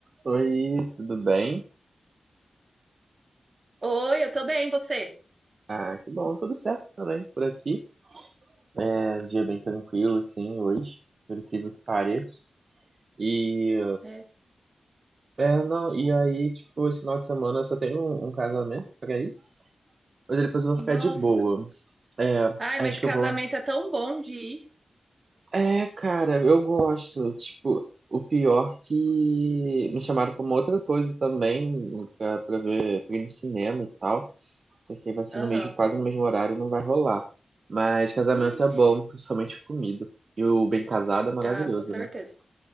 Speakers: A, on the right; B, on the right.
A: Oi, tudo bem?
B: Oi, eu tô bem, você?
A: Ah, que bom, tudo certo também por aqui. É um dia bem tranquilo, assim, hoje, por incrível que pareça. E,
B: É.
A: é, não, e aí, tipo, esse final de semana eu só tenho um, um casamento pra ir, mas depois eu vou
B: Nossa.
A: ficar de boa. É,
B: Ai, mas
A: acho
B: casamento
A: que eu vou.
B: é tão bom de ir.
A: É, cara, eu gosto. Tipo, o pior que me chamaram pra uma outra coisa também, pra, pra ver, pra ir no cinema e tal. Isso aqui vai ser
B: Aham.
A: no mesmo, quase no mesmo horário, não vai rolar. Mas casamento
B: Ixi.
A: é bom, principalmente comida. E o bem casado é maravilhoso,
B: Ah, com certeza.
A: né?